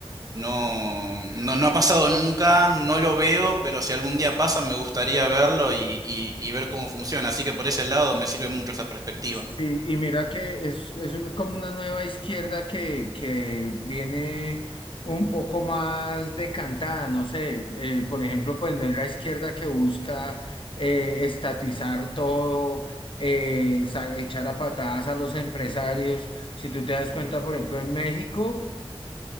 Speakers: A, on the right; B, on the left.
A: No, no, no ha pasado nunca, no lo veo, pero si algún día pasa me gustaría verlo y, y y ver cómo funciona. Así que por ese lado me sirve mucho esa perspectiva.
B: Sí, y mira que es, es un- como una nueva izquierda que, que viene un poco más decantada, no sé, eh, por ejemplo, pues no es la izquierda que busca eh, estatizar todo, eh, sa- echar a patadas a los empresarios. Si tú te das cuenta, por ejemplo, en México,